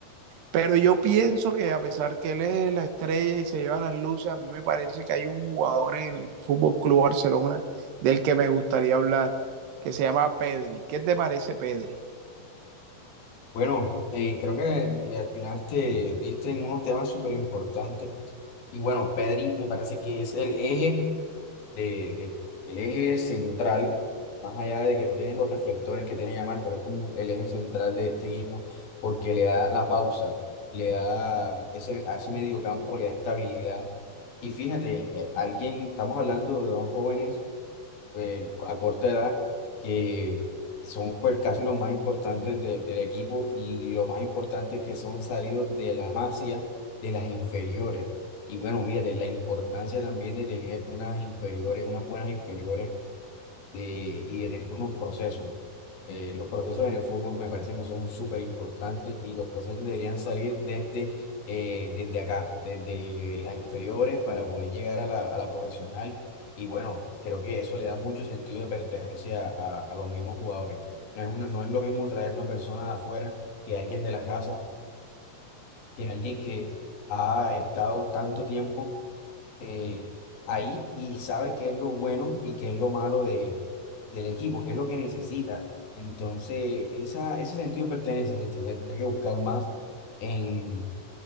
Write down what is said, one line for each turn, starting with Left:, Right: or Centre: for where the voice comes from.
Right: Pero yo pienso que a pesar que él es la estrella y se lleva las luces, a mí me parece que hay un jugador en el Fútbol Club Barcelona del que me gustaría hablar, que se llama Pedri. ¿Qué te parece, Pedri?
Left: Bueno, eh, creo que eh, atinaste, viste en unos temas súper importantes. Y bueno, Pedri me parece que es el eje de, de- el eje central, más allá de que no tienen los reflectores que tiene Yamal, pero es como el eje central de este equipo, porque le da la pausa, le da ese, a ese medio campo, le da estabilidad. Y fíjate, eh, alguien, estamos hablando de dos jóvenes eh, a corta edad, que son pues casi los más importantes de- del equipo y lo más importante es que son salidos de la masía, de las inferiores. Y bueno, mira, de la importancia también de tener unas inferiores, unas buenas inferiores eh, y de tener unos procesos. Eh, los procesos en el fútbol me parecen que son súper importantes y los procesos deberían salir desde, eh, desde acá, desde las inferiores para poder llegar a la, a la profesional. Y bueno, creo que eso le da mucho sentido de pertenencia a, a los mismos jugadores. No es, una- no es lo mismo traer una persona de afuera que alguien de la casa, que alguien que ha estado tanto tiempo eh, ahí y sabe qué es lo bueno y qué es lo malo de, del equipo, qué es lo que necesita. Entonces, esa, ese sentido de pertenencia se se tendría que buscar más en,